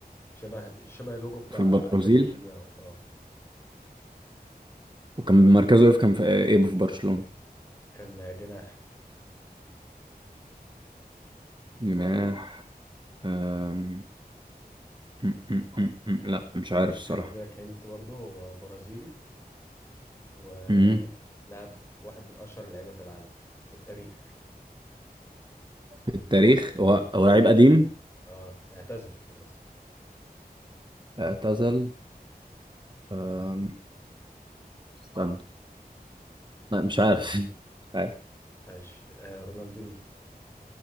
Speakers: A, on the left; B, on the right.
A: شبه شبه اللوجو بتاع
B: في البرازيل
A: اتلتيك بلباو اه
B: وكان مركزه ايه في- كان في آه، ايه في برشلونة
A: كان جناح
B: جناح آم، م- م- م- م- لا مش عارف
A: ممكن
B: الصراحة
A: اديلك هنت برضه هو برازيلي ولاعب
B: مم.
A: واحد من أشهر اللعيبة في العالم في التاريخ
B: في التاريخ هو هو لعيب قديم
A: اه اعتزل خلاص
B: اعتزل آم، استنى لا مش عارف <laughs>
A: ماشي آه رونالدينيو